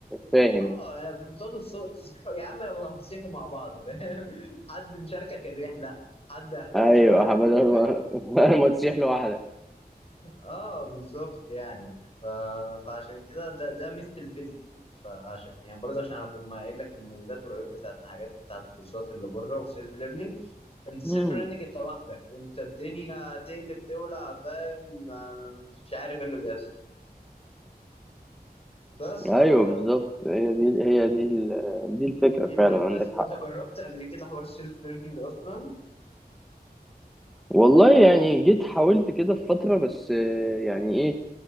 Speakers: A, in the centre; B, on the left (about 35°).
A: فاهم
B: اه آه، بتقعدوا الصوت تصبحوا يا عم لو هتصيحوا مع بعض فاهم <laughs> حد مشاركك الرحله حد اهدافه
A: ايوه
B: شبه اهدافك
A: بدل ما <laughs> ما تسيح لوحدك
B: اه بالظبط يعني ف... فعشان كده ده ده ميزه الفيزيكال فعشان يعني برضه عشان اكون ما قايل لك المميزات والعيوب بتاعت الحاجات بتاعت الكورسات اللي بره وسيلف ليرنينج انت سيلف
A: مم.
B: ليرنينج انت لوحدك انت الدنيا هتقلب تولع فاهم ما- مش مش عارف ايه اللي بيحصل بس
A: ايوه
B: آه،
A: بالظبط هي دي هي دي ال- دي الفكره
B: دي دي
A: فعلا
B: قصه
A: عندك حق
B: انت جربت قبل كده حوار السيلف ليرنينج اصلا
A: والله يعني جيت حاولت كده في فتره بس آه، يعني ايه